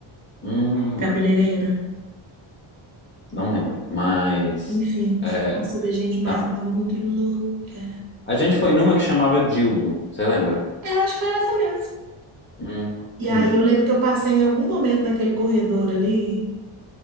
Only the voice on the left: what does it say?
Hum,
não lembro. Mas,
é,
tá.
A gente foi numa que chamava Dildo, você lembra?
Hum,
hum.